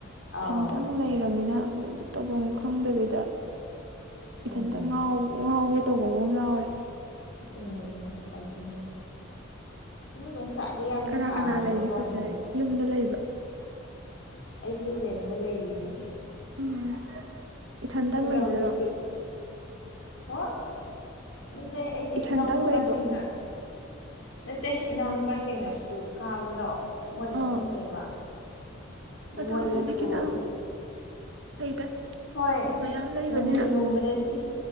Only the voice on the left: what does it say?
ꯑꯥꯎ
ꯎꯝ
ꯎꯝ ꯑꯗꯨꯅꯤ ꯑꯗꯨ ꯅꯨꯡꯁꯥꯗꯤ ꯌꯥꯝ
ꯁꯥꯕꯅꯦꯀꯣ
ꯍꯟꯗꯛꯁꯦ
ꯑꯩꯁꯨ ꯔꯦꯟꯗ ꯂꯩꯔꯤꯅꯦ
ꯏꯊꯟꯗ
ꯍꯧꯖꯤꯛꯁꯨ ꯑꯣ ꯅꯠꯇꯦ ꯑꯩꯗꯤ
ꯏꯅꯥꯎꯅꯨꯄꯥꯁꯤꯡꯒ
ꯅꯠꯇꯦ ꯏꯅꯥꯎꯅꯨꯄꯥꯁꯤꯡꯒ ꯁ꯭ꯀꯨꯜ ꯀꯥꯕꯗꯣ ꯃꯣꯏꯒ
ꯑꯗꯨꯝ ꯂꯩꯕ
ꯃꯣꯏꯗꯤ
ꯁ꯭ꯀꯨꯜ
ꯍꯣꯏ
ꯅꯨꯡꯊꯤꯟꯒꯨꯝꯕꯗꯗꯤ